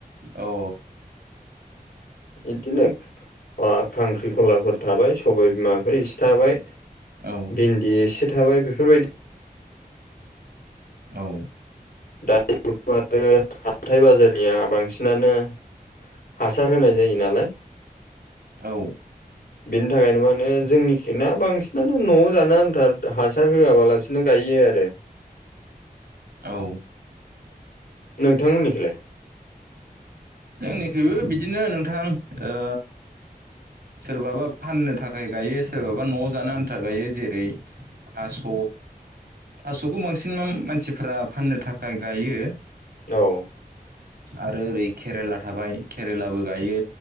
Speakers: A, on the right; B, on the left.
A: औ
B: इदिनो अ' थांख्रिखलाफोर थाबाय सबाय बिमाफोर इसे थाबाय।
A: औ
B: भिन्दि एसे थाबाय बेफोरबाय
A: औ
B: दानि <unintelligible> आरो हाथाय बाजारनिया बांसिनानो हासार होनाय जायो नालाय।
A: औ
B: बिनि थाखायनो मानो जोंनि खिना बांसिनानो न'आव जानो आन्था हासार होआ बालासिनो गायो आरो।
A: औ
B: नोंथांमोननिखैलाय
A: जोंनिखैबो बिदिनो नोंथां। ओ सोरबाबा फाननो थाखाय गायो। सोरबाबा न'आव जानो आन्था गायो। जेरै थास' थास'खौ बांसिन माम मानसिफ्रा फाननो थाखाय गायो।
B: औ
A: आरो ओरै केरेला थाबाय केरेलाबो गायो